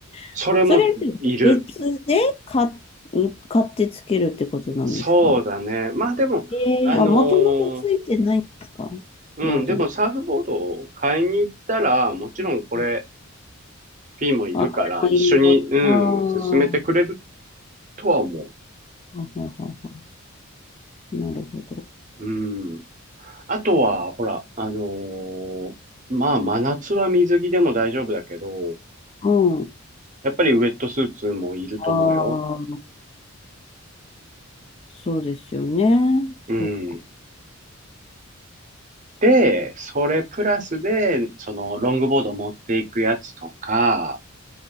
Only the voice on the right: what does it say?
それもいる。
そうだね。まあでも、
あのー
うん、
でもサーフボードを買いに行ったら、もちろんこれ、
フィンもいるから、
一緒に、うん、
進めてくれるとは思う。
うん。あとは、ほら、あのーまあ、真夏は水着でも大丈夫だけど、
やっぱりウェットスーツもいると思うよ。
うん。
で、それプラスで、その、ロングボード持っていくやつとか、